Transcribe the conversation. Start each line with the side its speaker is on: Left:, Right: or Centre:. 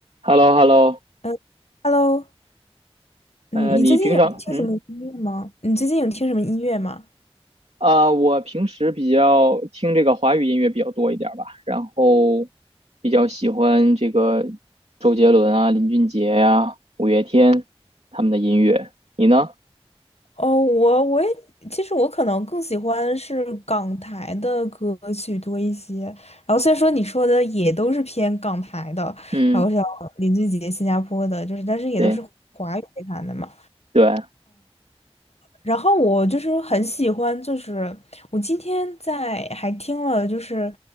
Right: h e l l o h e l l o
Left: 嗯 h e l l o 嗯，
Right: 呃，
Left: 你最近有听什么音乐吗？
Right: 你平常，嗯，
Left: 你最近有听什么音乐吗？
Right: 啊、我平时比较听这个华语音乐比较多一点儿吧，然后比较喜欢这个周杰伦啊、林俊杰呀、五月天他们的音乐。你呢？
Left: 哦，我我也其实我可能更喜欢是港台的歌曲多一些，然后虽然说你说的也都是偏港台的，
Right: 嗯，
Left: 然后像林俊杰、新加坡的，就是但是也都是华语乐坛的嘛。
Right: 对对，
Left: 然后我就是很喜欢，就是我今天在还听了，就是，